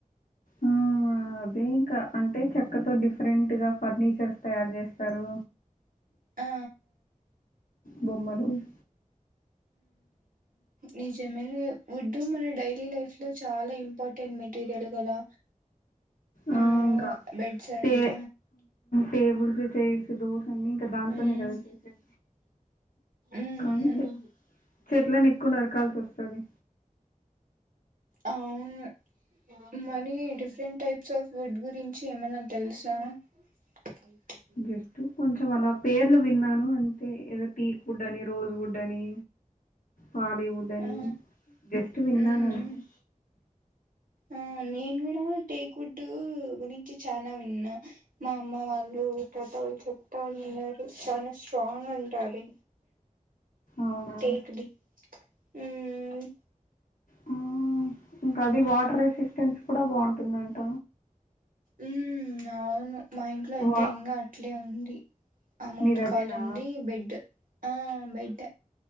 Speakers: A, on the left (about 80°); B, on the right (about 80°).
A: ఆ అదే ఇంకా అంటే చెక్కతో డిఫరెంట్ గా ఫర్నిచర్స్ తయారు చేస్తారు
B: ఆ
A: బొమ్మలు అ
B: నిజమెలే వుడ్డు మన డైలీ లైఫ్ లో చాలా ఇంపార్టెంట్ మెటీరియల్ కదా
A: ఆ
B: ఉమ్
A: ఇంకా
B: బెడ్స్ అంట
A: టే టేబుల్స్ చైర్స్ దోస అన్నీ ఇంకా ఇంకా దానితోనే
B: ఉమ్
A: కదా చేసేది
B: ఉమ్
A: కానిలే చెట్లను ఎక్కువ నరకాల్సి వస్తుంది
B: అవును many different types of food గురించి ఏమైనా తెలుసా స
A: జస్ట్ కొంచం అలా పేర్లు విన్నాను అంటే ఏదో టీక్డ్ అని రోజు ఫుడ్ అని హాలీవుడ్ అని
B: ఆ
A: జస్ట్ విన్నాను
B: ఉమ్
A: అంతే
B: ఆ నేను కూడా టేక్డ్ వుడ్ గురించి చానా విన్నా మా అమ్మ వాళ్ళు తాత వాళ్ళు చెప్తా ఉన్నారు చాలా స్ట్రాంగ్ అంట అది
A: అవునా
B: టేక్ ది ఉమ్
A: హ్మ్ ఇంకా అది వాటర్ రెసిస్టెన్స్ కూడా బాగుంటుందంట
B: ఉమ్ అవును మా ఇంట్లో అయితే
A: వా
B: ఇంకా అట్లే ఉంది ఆ ముందు
A: మీదదేనా
B: కాలంది బెడ్ ఆ బెడ్